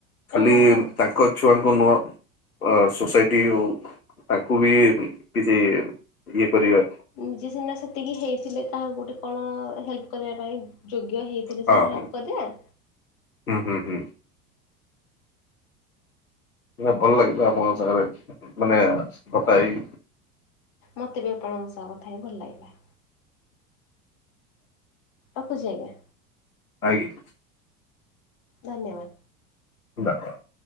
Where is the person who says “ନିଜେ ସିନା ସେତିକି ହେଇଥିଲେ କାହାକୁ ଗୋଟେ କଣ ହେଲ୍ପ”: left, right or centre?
Left